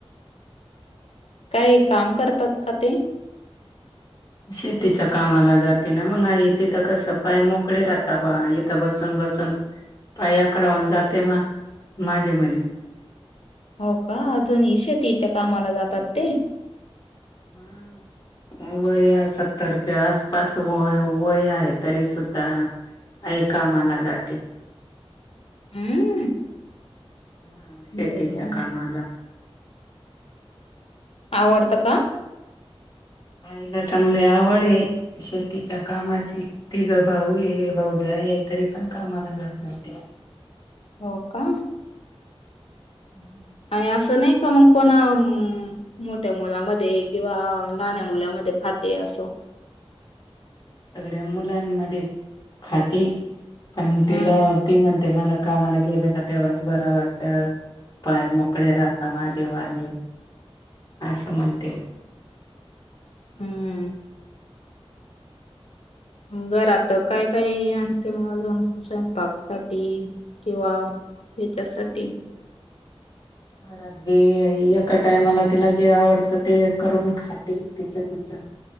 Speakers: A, on the left; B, on the left.
A: काय काम करतात का ते?
B: शेतीच्या कामाला जाते ना मग आई तिथं कसं पाय मोकळे राहता बा इथं बसून- बसून पायाकडाऊन जाते म माझे मणी
A: हो का अजूनही शेतीच्या कामाला जातात ते?
B: मग वय या सत्तरच्या आसपास वय- वय आहे तरी सुद्धा आई कामाला जाती.
A: हम्म
B: हा शेतीच्या
A: बई गं.
B: कामाला.
A: आवडतं का?
B: आईला चांगली आवड आहे शेतीच्या कामाची ती ग भाऊ ये भाऊ जा आहे तरी पण कामाला जात येते.
A: हो का.
B: हम्.
A: आणि असं नाही का मग कोणा मोठ्या मुलामध्ये किंवा नाण्या मुलामध्ये खाते असं.
B: सगळ्या मुलांमध्ये खाती पण मग तिलावती
A: हम्म
B: म्हणते मला का आम्हाला गेलं का तेव्हाच बरं वाटत. पाय मोकळे राहता माझेव्हाले असं म्हणते.
A: हम्म. घरात काय काय आणते मग अजून स्वयंपाक सा किंवा हच्यासाठी
B: घरात व एका टायमाला तिला जे आवडतं ते करून खाताते तिचं तिच <unintelligible>